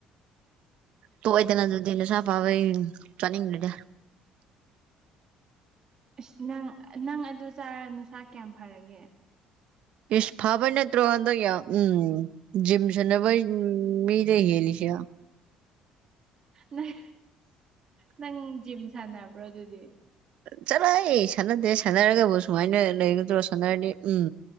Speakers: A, on the right; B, on the right.
A: ꯇꯣꯛꯑꯦꯗꯅ ꯑꯗꯨꯗꯤ ꯅꯁꯥ ꯐꯥꯎꯋꯦꯡ ꯆꯥꯅꯤꯡꯗ꯭ꯔꯗꯤ
B: ꯑꯁ ꯅꯪ ꯅꯪ ꯑꯗꯨ ꯆꯥꯔ ꯅꯁꯥ ꯀꯌꯥꯝ ꯐꯔꯒꯦ
A: ꯏꯁ ꯐꯕꯩ ꯅꯠꯇꯔꯣ ꯍꯟꯗꯛ ꯌꯥꯝ ꯎꯝ ꯖꯤꯝ ꯁꯥꯟꯅꯕꯩ ꯃꯤꯗꯩ ꯌꯦꯜꯂꯤꯁꯩ
B: ꯅꯪ ꯅꯪ ꯖꯤꯝ ꯁꯥꯟꯅꯕ꯭ꯔꯣ ꯑꯗꯨꯗꯤ
A: ꯆꯠꯂꯣꯍꯩ ꯁꯥꯟꯅꯗꯦ ꯁꯥꯟꯅꯔꯒꯕꯨ ꯁꯨꯃꯥꯏꯅ ꯂꯩꯒꯗ꯭ꯔꯣ ꯁꯥꯟꯅꯔꯗꯤ ꯎꯝ